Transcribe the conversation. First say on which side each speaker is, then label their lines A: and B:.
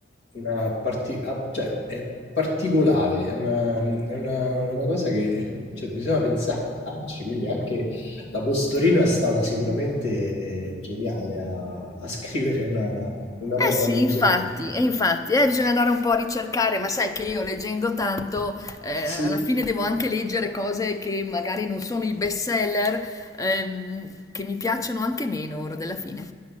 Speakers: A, on the left; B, on the left.
A: una parti- ah, cioè, è particolare, è una, è una- una cosa che cioè, bisogna pensarci. Quindi anche la Postorino è stata sicuramente geniale a, a <laughs> scrivere una, una roba
B: Eh sì,
A: del
B: infatti,
A: genere.
B: e infatti, eh, bisogna andare un po' a ricercare, ma sai che io leggendo tanto, eh,
A: Sì,
B: alla fine devo anche leggere cose che magari non sono i best seller, ehm, che mi piacciono anche meno ora della fine.